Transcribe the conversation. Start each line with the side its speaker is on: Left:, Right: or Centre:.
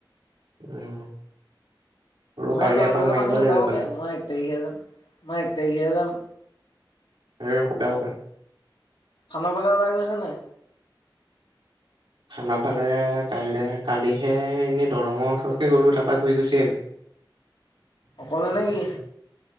Right: উম। হলো
Left: মই
Right: কাইলে
Left: যোৱালে
Right: এপাক
Left: যোৱালে
Right: মাৰিব
Left: পানী শুকাবগে।
Right: লাগিব এইফালে
Left: মই এক তাৰিখেহে যাম, মই এক তাৰিখেহে যাম।
Right: শৰীৰৰ শুক শুকে <unintelligible>
Left: থানৰ ফালে ওলাই গৈছে নে নাই?
Right: থানৰ ফালে কাই কালিহে এনেই দলঙৰ ওচৰকে গ'লো। তাৰপা ঘূৰি গুছি আহিলোঁ। <inaudible>
Left: অকলে নে কি?